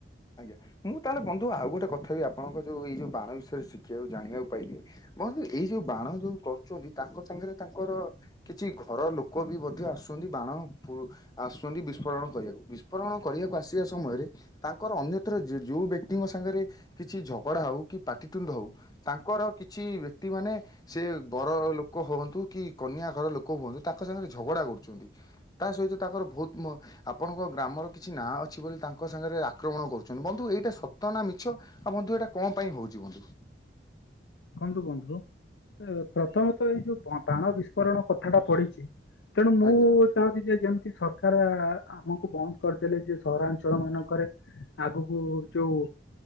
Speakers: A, on the left; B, on the left.
A: ଆଜ୍ଞା ମୁଁ ତାହେଲେ ବନ୍ଧୁ ଆଉ ଗୋଟେ କଥା ବି ଆପଣଙ୍କ ଯୋଉ ଏଇ ଯୋଉ ବାଣ ବିଷ ଶିଖିବାକୁ ଜାଣିବାକୁ ପାଇଲିି ବନ୍ଧୁ ଏଇ ଯୋଉ ବାଣ ଯୋଉ କରୁଛନ୍ତି ତାଙ୍କ ସାଙ୍ଗରେ ତାଙ୍କର କିଛି ଘର ଲୋକ ବି ମଧ୍ୟ ଆସୁଛନ୍ତି ବାଣ ଆସୁଛନ୍ତି ବିସ୍ଫୋରଣ କରିବାକୁ ବିସ୍ଫୋରଣ କରିବାକୁ ଆସିବା ସମୟରେ ତା ଙ୍କର ଅନ୍ୟତ୍ର ଯୋଉ ବ୍ୟକ୍ତିଙ୍କ ସାଙ୍ଗରେ କିଛି ଝଗଡା ହଉ କି ପାଟିତୁଣ୍ଡ ହଉ ତାଙ୍କର କିଛି କି ବ୍ୟକ୍ତି ମାନେ ସେ ବର ଲୋକ ହୁଅନ୍ତୁ କି କନ୍ୟା ଘର ଲୋକ ହୁଅନ୍ତୁ ତାଙ୍କ ସାଙ୍ଗରେ ଝଗଡା କରୁ ଚନ୍ତି ତା ସହିତ ତାଙ୍କର ବହୁତ ଆପଣଙ୍କ ଗ୍ରାମର କିଛି ନାଁ ଅଛି ବୋଲି ତାଙ୍କ ସାଙ୍ଗରେ ଆକ୍ରମଣ କରୁଚନ୍ତି ବନ୍ଧୁ ଏଇଟା ସତ ନା ମିଛ ଆଉ ବନ୍ଧୁ ଏଇଟା କଣ ପାଇଁ ହଉଛି ବନ୍ଧୁ?
B: ଦେଖନ୍ତୁ ବନ୍ଧୁ ପ୍ରଥମତଃ ଏଇ ଯୋଉ ବାଣ ବିସ୍ଫୋରଣ କଥାଟା ପଢିଚି ତେଣୁ ମୁଁ
A: ଆଜ୍ଞା
B: ଚାହୁଁଚି ଯେ ଯେ ସରକାର ଆମକୁ ବନ୍ଦ କରିଦେଲେ ଯେ ସହରାଞ୍ଚଳ ମାନଙ୍କରେ ଆଗକୁ ଯୋଉ